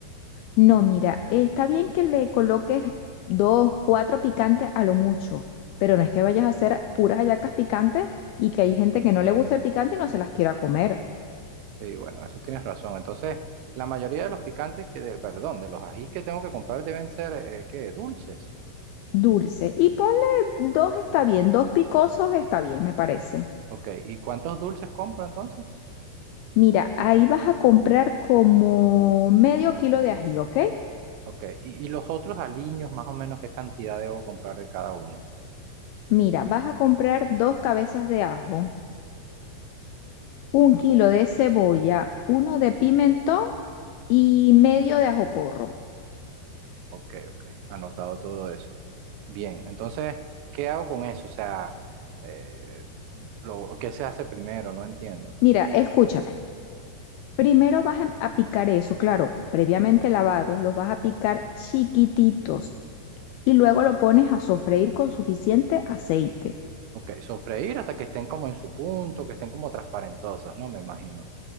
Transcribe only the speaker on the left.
No, mira, está bien que le coloques dos, cuatro picantes a lo mucho, pero no es que vayas a hacer puras hallacas picantes y que hay gente que no le gusta el picante y no se las quiera comer.
Dulce. Y ponle dos está bien, dos picosos está bien, me parece.
Mira, ahí vas a comprar como medio kilo de ají, ¿ok?
Mira, vas a comprar dos cabezas de ajo, un kilo de cebolla, uno de pimentón y medio de ajo porro.
Mira, escúchame. Primero vas a a picar eso, claro, previamente lavados, los vas a picar chiquititos y luego lo pones a sofreír con suficiente aceite.